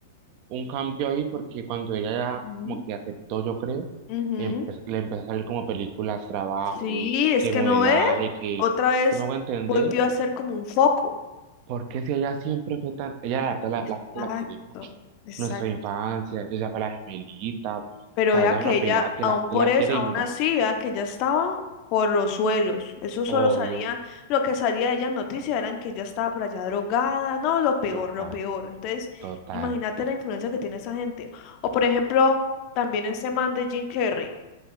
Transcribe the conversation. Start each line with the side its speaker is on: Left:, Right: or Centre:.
Right: un cambio ahí porque cuando ella ya
Left: Ujú.
Right: como que aceptó, yo creo,
Left: Ujú.
Right: empe- le empezó a salir como películas, trabajos,
Left: Sí, es
Right: que
Left: que
Right: modelaje,
Left: no ve,
Right: que
Left: otra vez
Right: si me hago entender,
Left: volvió a ser como un foco.
Right: porque si ella siempre fue tan, ella la verdad la,
Left: Exacto,
Right: la gente la quiere mucho.
Left: exacto.
Right: Nuestra infancia, ella fue la gemelita, o
Left: Pero
Right: sea,
Left: vea
Right: ella
Left: que
Right: es una
Left: ella,
Right: pelada que
Left: aún
Right: la gente
Left: por
Right: la
Left: eso,
Right: quiere
Left: aún
Right: y mira,
Left: así, vea que ella estaba por los suelos. Eso solo
Right: obvio,
Left: salía, lo que salía de ella en noticias eran que ella estaba por allá drogada, no, lo peor,
Right: total,
Left: lo peor. Entonces,
Right: total.
Left: imagínate la influencia que tiene esa gente. O por ejemplo, también ese man de Jim Carrey.